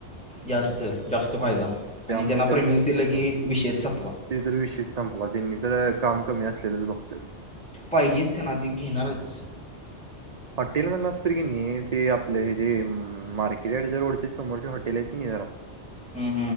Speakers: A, in the centre; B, on the right.
A: जास्त-जास्त फायदा
B: त्यामुळे
A: आणि त्यांना
B: जास्त
A: प्रेमिकस दिलं
B: फायदा
A: की विशेष संपला.
B: ते जरी विशेष संपला. त्यांनी तर काम कमी असलेलंच बघत्यात.
A: पाहिजेच तेना ती घेणारच.
B: हॉटेल वाला असतोय की नाही. ते आपलं हे जे मार्केटडच्या रोडच्या समोरच्या हॉटेल हाईय कणी.
A: हम्म,